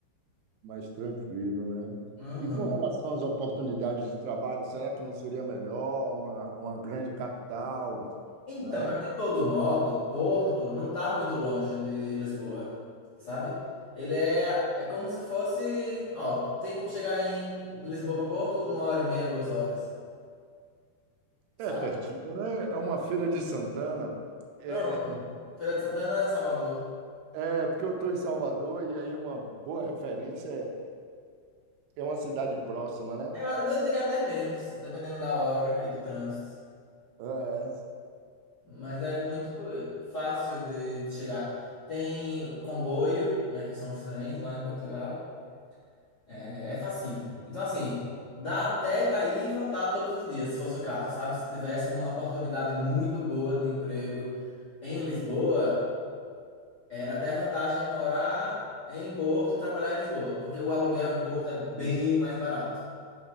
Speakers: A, on the right (about 85°); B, on the left (about 45°).
A: mais tranquilo, né?
B: Aham.
A: E com relação às oportunidades de trabalho, será que não seria melhor uma, uma grande capital,
B: Então,
A: né?
B: mas de todo modo, Porto não tá muito longe de Lisboa, sabe? Ele é, é como se fosse. Ó, tem como chegar em Lisboa para Porto uma hora e meia, duas horas, sabe?
A: É pertinho, né? É uma feira de Santana. É,
B: Pronto. Feira de Santana, Salvador.
A: é porque eu estou em Salvador e aí uma boa referência é, é uma cidade próxima, né?
B: É, Eu, eu diria até menos, dependendo da hora e do trânsito.
A: É.
B: Mas é muito fácil de, de chegar. Tem comboio, né, que são os trens lá em Portugal. É, é facinho. Então, assim, dá até para ir votar todos os dias, se fosse o caso, sabe? Se tivesse uma oportunidade muito boa de emprego em Lisboa, era até vantagem morar em Porto e trabalhar em Lisboa, porque o aluguel em Porto é bem mais barato.